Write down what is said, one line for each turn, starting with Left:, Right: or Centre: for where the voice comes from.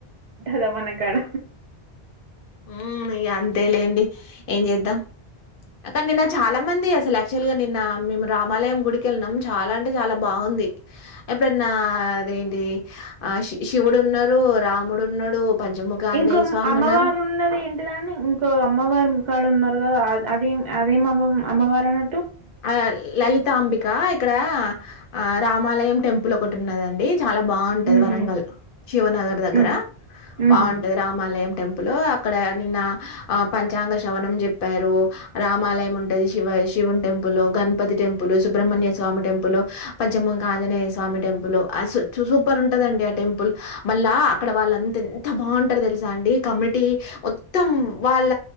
Right: దా మనకాడ
Left: ఉ అంతే లేండి ఏం చేద్దాం అక్క నిన్న చాలా మంది అసలు యాక్చువల్ గా నిన్న మేము రామాలయం గుడికి వెళ్ళనాం చాలా అంటే చాలా బాగుంది ఎప్పుడన్నా అదేంటి ఆ శి శివుడు ఉన్నాడు రాముడు ఉన్నాడు పంచముఖ ఆంజనేయ
Right: ఇంకో
Left: స్వామి
Right: అమ్మవారు
Left: ఉన్నారు
Right: ఉన్నది ఏంటిదని ఇంకో అమ్మవారు ఉ కాడ ఉన్నారు కదా అదే అదే అమ్మ అమ్మవారని
Left: ఆ లలిత అంబిక ఇక్కడ ఆ రామాలయం టెంపుల్ ఒకటి ఉన్నదండి చాలా బాగుంటది
Right: ఊహూ
Left: వరంగల్ శివనగర్ దగ్గర
Right: మ్మ్ ఊహూ
Left: బాగుంటది రామాలయం టెంపుల్ లో అక్కడ నిన్న ఆ పంచాంగ శవణం చెప్పారు రామాలయం ఉంటది Shiva Shiva temple Ganapati temple Subrahmanya Swamy temple పచ్చమంగ ఆంజనేయ స్వామి టెంపుల్ సూపర్ ఉంటదండి ఆ టెంపుల్ మళ్ళా అక్కడ వాళ్ళంతా ఎంత బాగుంటారు తెలుసా అండి కమిటీ మొత్తం వాళ్ళ